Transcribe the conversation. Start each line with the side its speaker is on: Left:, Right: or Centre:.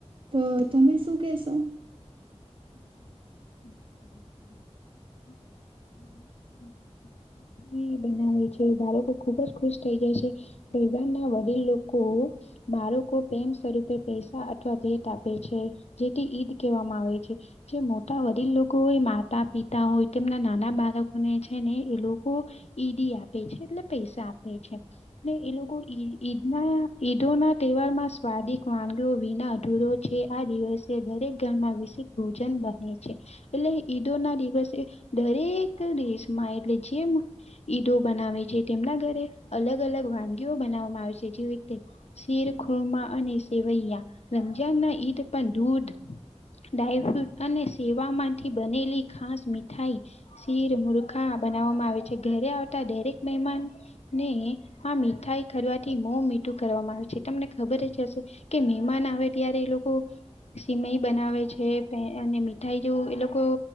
Right: તો તમે શું કેશો
Left: હમ્મ હ હ હ હમ્મ એ બનાવે છે બાળકો ખુબજ ખુશ થઈ જાય છે <unintelligible> ના વડીલ લોકો બાળકો પ્રેમ સ્વરૂપે પૈસા અથવા ભેટ આપે છે જેથી ઈદ કહેવામાં આવે છે જે મોટા વડીલ લોકો હોય માતા પિતા હોય તેમના નાના બાળકોને છે ને એ લોકો ઈદી આપે છે એટલે પૈસા આપે છે ને એ લોકો ઈ ઈદના ઈદો ના તહેવાર માં સ્વાદિક વાનગીઓ વિના અધૂરો છે આ દિવસે દરેક ઘરમાં વિષેક ભોજન બને છે એટલે ઈદો ના દિવસે દરેક દેશમાં એટલે જેમ ઈદો બનાવે છે તેમના ઘરે અલગ અલગ વાનગીઓ બનાવવામાં આવે છે જેવી રીતે શિર ખુરમા અને સેવૈયા રમઝાન ના ઈદ પણ દૂધ ડાયફ્રૂટ અને સેવામાંથી બનેલી ખાસ મીઠાઈ શીર મુૂર્ખા બનાવવામાં આવે છે ઘરે આવતા દરેક મહેમાન ને આ મીઠાઈ ખરવા થી મો મીઠું કરવામાં આવે છે તમને ખબર જ હશે કે મહેમાન આવે ત્યારે એ લોકો સિમય બનાવે છે અને મીઠાઈ જેવું એ લોકો